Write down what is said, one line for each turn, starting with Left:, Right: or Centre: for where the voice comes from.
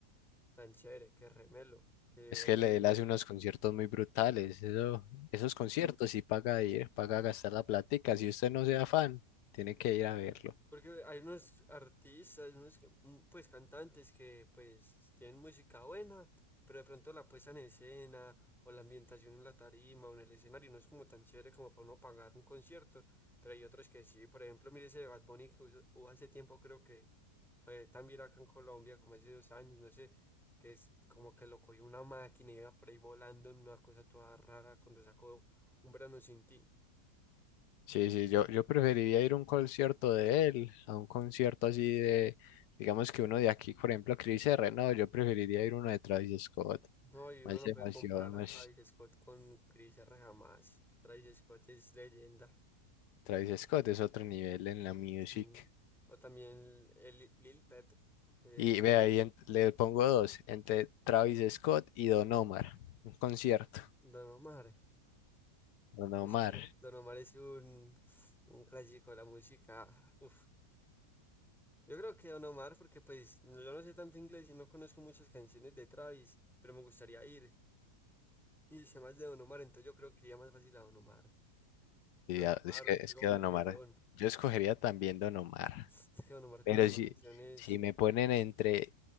Centre: tan chévere, que remelo, que
Left: Es
Centre: volverían
Left: que le- él
Centre: a
Left: hace
Centre: ir.
Left: unos conciertos muy brutales. Eso, esos conciertos sí paga ir, paga gastar la platica Si usted no sea fan, tiene que ir a verlo.
Centre: Porque hay unos artistas, unos ca- mm, pues cantantes que pues tienen música buena, pero de pronto la puesta en escena o la ambientación en la tarima o en el escenario no es como tan chévere como para uno pagar un concierto. Pero hay otros que sí, por ejemplo, mire ese de Bad Bunny que hubo hubo hace tiempo creo que fue también acá en Colombia como hace dos años, no sé, que es como que lo cogió una máquina y iba por ahí volando en una cosa toda rara cuando sacó Un verano sin ti.
Left: Sí, sí, yo, yo preferiría ir a un concierto de él, a un concierto así de, digamos que uno de aquí, por ejemplo, Chris R. No, yo preferiría ir a uno de Travis Scott.
Centre: No, y uno
Left: Más
Centre: no
Left: emoción,
Centre: puede comparar a
Left: más
Centre: Travis Scott con Chris R. jamás. Travis Scott es leyenda.
Left: Travis Scott es otro nivel en la music.
Centre: Mm. O también el, el Lil Pep, eh,
Left: Y ve ahí, ent- le pongo dos, entre Travis Scott y Don Omar. Un concierto.
Centre: Don Omar.
Left: Don Omar.
Centre: Es que Don Omar es un, un clásico de la música. Uf. Yo creo que Don Omar, porque pues no- yo no sé tanto inglés y no conozco muchas canciones de Travis, pero me gustaría ir. Y sé más de Don Omar, entonces yo creo que iría más fácil a Don Omar.
Left: Sí,
Centre: Don
Left: a-
Centre: Omar,
Left: es que,
Centre: un
Left: es
Centre: Tego
Left: que
Centre: Calderón.
Left: Don Omar, yo escogería también Don Omar,
Centre: Es que Don Omar tiene
Left: pero
Centre: unas
Left: si,
Centre: canciones.
Left: si me ponen entre,